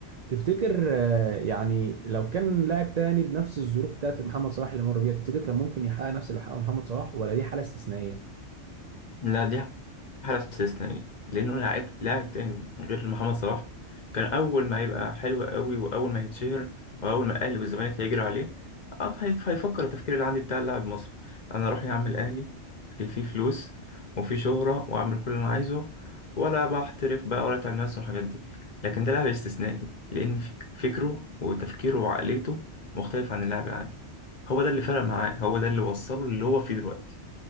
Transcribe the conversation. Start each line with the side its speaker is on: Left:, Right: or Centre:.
Right: تفتكر آه، يعني لو كان لاعب تاني بنفس الظروف بتاعت محمد صلاح اللي مر بيها تفتكر كان ممكن يحقق نفس اللي حققه محمد صلاح ولا دي حاله استثنائيه؟
Left: لا دي على استثنائي لأنه لاعب لاعب تاني غير محمد صلاح كان أول ما يبقى حلو قوي وأول ما يتشهر وأول ما الأهلي والزمالك هيجري عليه آه، هي- هيفكر التفكير اللي عندي بتاع اللاعب مصر أنا أروح يا عم الأهلي فيه فلوس وفيه شهرة وأعمل كل اللي أنا عايزه ولا بحترف بقى ولا تعمل نفس الحاجات دي لكن ده لاعب استثنائي لأن فك- فكره وتفكيره وعقليته مختلف عن اللاعب العادي هو ده اللي فرق معاه هو ده اللي وصله اللي هو فيه دلوقتي